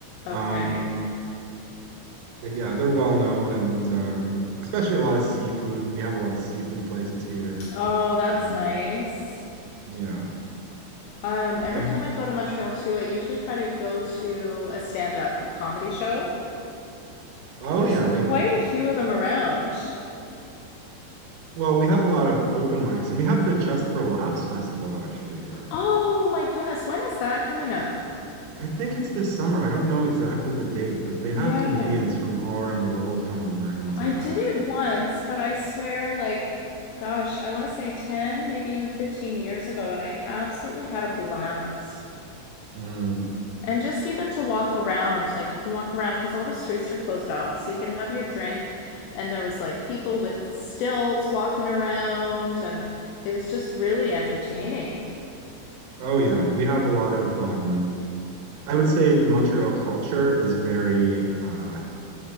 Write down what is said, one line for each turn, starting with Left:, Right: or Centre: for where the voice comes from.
Left: Okay.
Right: um but yeah they're well known and um especially a lot of seafood we have a lot of seafood places here
Left: Oh, that's
Right: um
Left: nice.
Right: yeah
Left: Um, every
Right: um
Left: time I go to Montreal too, I usually try to go to a stand-up comedy show.
Right: oh
Left: There's
Right: yeah yeah
Left: quite a few of them around.
Right: well we have a lot of open mics and we have the Just for Laughs festival actually here
Left: Oh my goodness, when is that coming up?
Right: I think it's this summer I don't know exactly the date but they
Left: Yeah.
Right: have comedians from all around the world come over and
Left: I
Right: uh
Left: did it once, but I swear, like, gosh, I want to say 10, maybe even 15 years ago, and I absolutely had a blast.
Right: mm,
Left: And just even to walk around, like, you can walk around because all the streets are closed off, so you can have your drink. And there was like people with stilts walking around, and it was just really entertaining.
Right: oh yeah we have a lot of um I would say the Montreal culture is very uh,